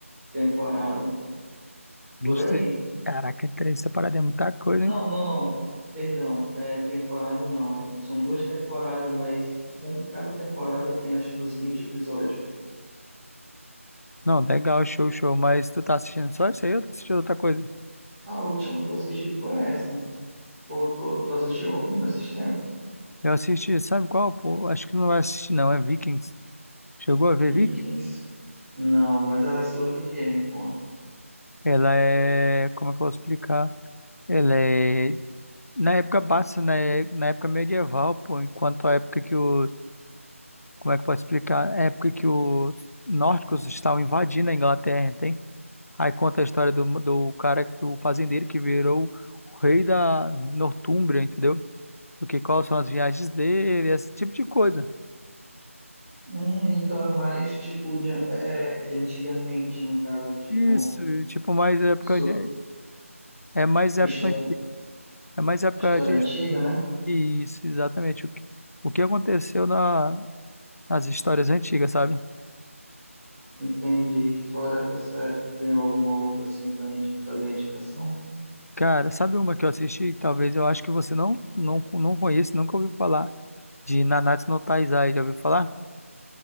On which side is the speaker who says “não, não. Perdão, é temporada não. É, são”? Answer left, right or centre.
Right